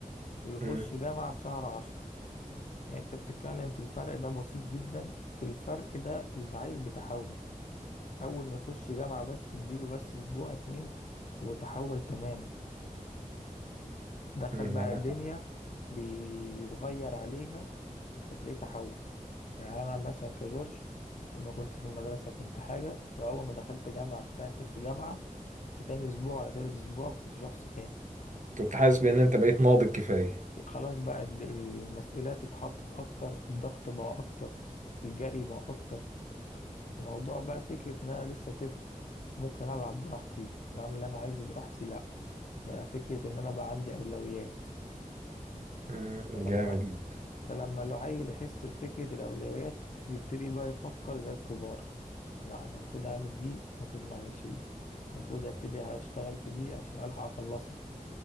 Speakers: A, on the left; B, on the right.
A: ويخش
B: امم
A: جامعة في شهر عشرة يعني انت بتتكلم في الفرق ده بسيط جدا في الفرق ده العيل بيتحول اول ما يخش جامعة بس اديله بس اسبوع اتنين هو تحول تماما دخل
B: امم
A: بقى
B: عندك
A: دنيا
B: حق
A: بي- بيتغير عليها فتلاقيه تحول يعني انا مثلا كجورج لما كنت في المدرسة كنت حاجة واول ما دخلت جامعة في تان... في جامعة في تاني اسبوع ولا تالت اسبوع كنت شخص تاني
B: كنت حاسس بان انت بقيت ناضج كفاية
A: خلاص بقى ال- المسؤوليات اتحطت اكتر الضغط بقى اكتر الجري بقى اكتر فموضوع بقى فكرة إن أنا لسه طفل ممكن ألعب براحتي وأعمل اللي أنا عايزه براحتي لأ بقى فكرة إن أنا بقى عندي أولويات
B: امم
A: فلما
B: جامد جدا
A: فلما العيل يحس بفكرة الأولويات بيبتدي بقى يفكر زي الكبار لأ أنا المفروض أعمل دي المفروض ما أعملش دي المفروض أبتدي أشتغل في دي عشان ألحق أخلصها